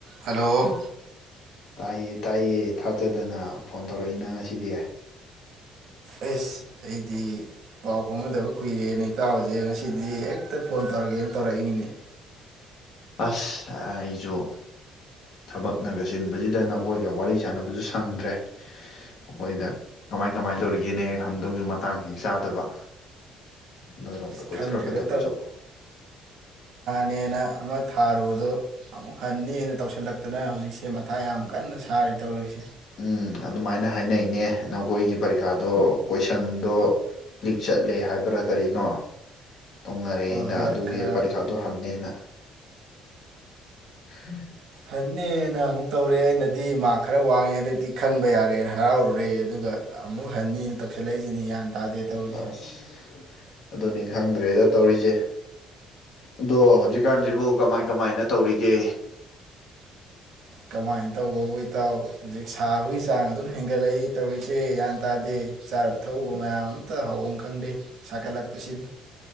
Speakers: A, on the right; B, on the left.
A: hello
B: ꯇꯥꯏꯌꯦ ꯇꯥꯏꯌꯦ ꯊꯥꯖꯗꯅ ꯐꯣꯟ ꯇꯧꯔꯛꯏꯅ ꯉꯁꯤꯗꯤ
A: ꯑꯦꯁ ꯑꯩꯗꯤ ꯄꯥꯎ ꯐꯥꯎꯅꯗꯕ ꯀꯨꯏꯔꯦ ꯅ ꯇꯥꯕꯁꯦ ꯉꯁꯤꯗꯤ ꯍꯦꯛꯇ ꯐꯣꯟ ꯇꯧꯔꯒꯦꯅ ꯇꯧꯔꯛꯏꯅꯤꯅꯦ
B: ꯑꯁ ꯑꯩꯁꯨ ꯊꯕꯛꯅꯒ ꯁꯤꯟꯕꯁꯤꯗ ꯅꯈꯣꯏꯒ ꯋꯥꯔꯤ ꯁꯥꯟꯅꯕꯁꯨ ꯁꯪꯗ꯭ꯔꯦ ꯅꯈꯣꯏꯗ ꯀꯃꯥꯏ ꯀꯃꯥꯏꯅ ꯇꯧꯔꯤꯒꯦꯅ ꯍꯦꯛ ꯍꯪꯗꯧꯁꯨ ꯃꯇꯥꯡ ꯍꯦꯛ ꯆꯥꯗꯕ ꯅꯣꯏꯔꯣꯝꯗ
A: ꯑꯁ
B: ꯀꯣꯏꯊꯣꯔꯛꯀꯗꯕꯁꯨ
A: ꯈꯪꯗ꯭ꯔꯦꯗ ꯅꯦꯅ ꯑꯃ ꯊꯥꯔꯨꯕꯗꯣ ꯑꯃꯨꯛ ꯍꯅꯦꯅ ꯇꯧꯁꯤꯜꯂꯛꯇꯅ ꯍꯧꯖꯤꯛꯁꯦ ꯃꯊꯥ ꯌꯥꯝ ꯀꯟꯅ ꯁꯥꯔꯤ ꯇꯧꯔꯤꯁꯦ
B: ꯎꯝ ꯑꯗꯨꯃꯥꯏꯅ ꯍꯥꯏꯅꯩꯅꯦ ꯅꯈꯣꯏꯒꯤ ꯄꯔꯤꯈꯥꯗꯣ ꯀꯣꯏꯁꯟꯗꯣ ꯂꯤꯛ ꯆꯠꯂꯦ ꯍꯥꯏꯕ꯭ꯔꯥ ꯀꯔꯤꯅꯣ ꯇꯧꯅꯔꯦ
A: ꯍꯣꯏ
B: ꯑꯩꯅ
A: ꯍꯣꯏ
B: ꯑꯗꯨꯒꯤ
A: ꯈꯔ
B: ꯄꯔꯤꯈꯥꯗꯣ ꯍꯟꯅꯦꯅ ꯎꯝ
A: ꯍꯟꯅꯤꯅ ꯑꯃꯨꯛ ꯇꯧꯔꯦ ꯑꯩꯅꯗꯤ ꯃꯥꯔꯛ ꯈꯔ ꯋꯥꯡꯉꯦ ꯍꯟꯗꯛꯇꯤ ꯈꯟꯕ ꯌꯥꯔꯦ ꯍꯔꯥꯎꯔꯨꯔꯦ ꯑꯗꯨꯒ ꯑꯃꯨꯛ ꯍꯟꯅꯤꯅ ꯇꯧꯁꯜꯂꯛꯏꯁꯤꯅꯤ ꯒ꯭ꯌꯥꯟ ꯇꯥꯗꯦ ꯇꯧꯔꯤꯁꯦ
B: <unintelligible> ꯑꯗꯨꯅꯦ ꯈꯪꯗ꯭ꯔꯦꯗ ꯇꯧꯔꯤꯁꯦ ꯑꯗꯣ ꯍꯧꯖꯤꯛꯀꯥꯟꯁꯤꯕꯨ ꯀꯃꯥꯏ ꯀꯃꯥꯏꯅ ꯇꯧꯔꯤꯒꯦ
A: ꯀꯃꯥꯏꯅ ꯇꯧꯕꯕꯨ ꯏꯇꯥꯎ ꯍꯧꯖꯤꯛ ꯁꯥꯕꯒꯤ ꯆꯥꯡ ꯑꯗꯨꯝ ꯍꯦꯟꯒꯠꯂꯛꯏ ꯇꯧꯔꯤꯁꯦ ꯒ꯭ꯌꯥꯟ ꯇꯥꯗꯦ ꯆꯥꯔꯨ ꯊꯛꯎꯕ ꯃꯌꯥꯝ ꯑꯃꯝꯇ ꯍꯥꯎꯐꯝ ꯈꯪꯗꯦ ꯁꯥꯒꯠꯂꯛꯄꯁꯤꯗꯤ